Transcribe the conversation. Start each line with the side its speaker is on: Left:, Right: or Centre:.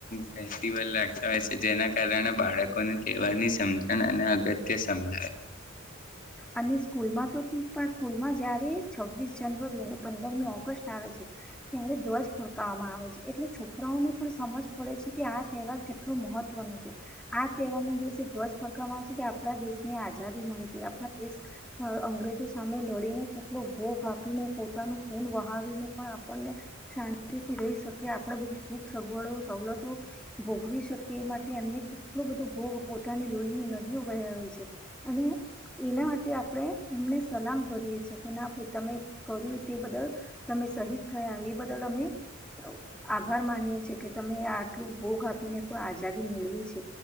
Left: ફેસ્ટિવલ રાખતા હોય સે, જેના કારણે બાળકોને તહેવારની સમજણ અને અગત્ય સમજાય.
Centre: અને સ્કૂલમાં તો તું પણ સ્કૂલમાં જયારે છવ્વીસ જનવરી અને પંદરમી ઓગસ્ટ આવે છે, ત્યારે ધ્વજ ફરકાવવામાં આવે છે, એટલે છોકરાઓને પણ સમજ પડે છે કે આ તહેવાર કેટલો મહત્વનો છે, આ તહેવારના દિવસે ધ્વજ ફરકાવવામાં આવે છે કે આપણા દેશ ને આઝાદી મળીતી આપડા એસ અ અંગ્રેજો સામે લડીને કેટલો ભોગ આપીને પોતાનું ખૂન વહાવીને પણ આપણને શાંતિથી રહી શકે આપણા બધી સુખ સગવડો સવલતો ભોગવી શકીએ એ માટે એમને કેટલો બધો ભોગ પોતાની લોહીની નદીઓ વહેવે છે અને એના માટે આપણે એમને સલામ ભરીએ છીએ કે ના ભાઈ તમે કર્યું તે બદલ તમે શહીદ થયા એ બદલ અમે અઉ આભાર માનીએ છેએ કે, તમે આટલું ભોગ આપીને પણ આઝાદી મેળવી છે,